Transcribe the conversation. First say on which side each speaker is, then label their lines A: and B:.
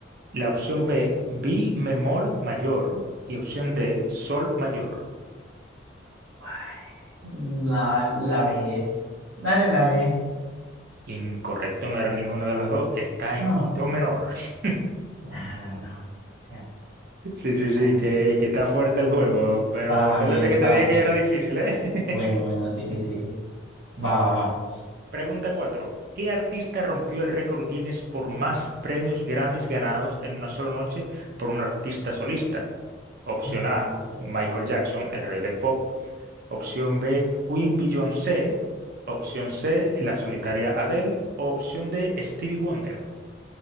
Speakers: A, on the right; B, on the right.
A: La opción B, mi bemol mayor y opción D, sol mayor.
B: Ay, La, la B. Dale, la B.
A: Incorrecto, no era ninguna de las dos, está
B: No,
A: en do menor. <laughs>
B: no, no, no. O sea,
A: Sí, sí, sí,
B: está-
A: que, que está fuerte el juego, pero
B: Estaba Javier,
A: acuérdate
B: estaba
A: que te dije
B: Javier.
A: que era difícil, ¿eh? <laughs>
B: Bueno, bueno, sí, sí, sí. Va, va,
A: A ver,
B: va.
A: Pregunta 4. ¿Qué artista rompió el récord Guinness por más premios Grammys ganados en una sola noche por un artista solista? Opción
B: Mm,
A: A,
B: ok.
A: Michael Jackson, el rey del pop. Opción B, Queen Beyoncé. Opción C, la solitaria Adele. Opción D, Stevie Wonder.